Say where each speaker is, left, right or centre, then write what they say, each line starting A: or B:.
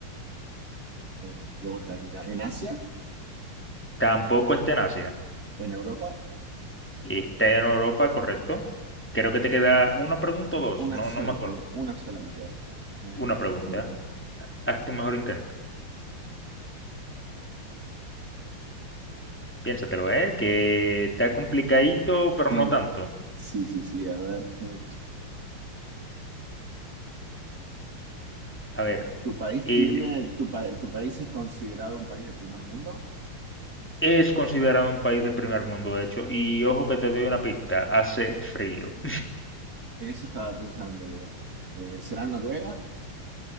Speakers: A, on the right; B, in the centre.
A: Eh, De vuelta, ¿en, en Asia?
B: Tampoco está en Asia.
A: ¿En Europa?
B: Está en Europa, correcto. Creo que te queda una pregunta o dos,
A: Una
B: no,
A: sola
B: no me acuerdo.
A: pregunta, una sola me queda. Eh,
B: Una pregunta.
A: um,
B: Haz tu mejor intento. Piénsatelo, ¿eh? Que está complicadito, pero
A: sí,
B: no tanto.
A: sí, sí, sí. A ver. eh,
B: A ver,
A: ¿Tu país
B: y
A: tiene,
B: te-
A: tu, pa- tu país es considerado un país de primer mundo?
B: es considerado un país de primer mundo, de hecho, y ojo que te doy una pista, hace frío.
A: Eso estaba pensando yo. Eh, ¿será Noruega?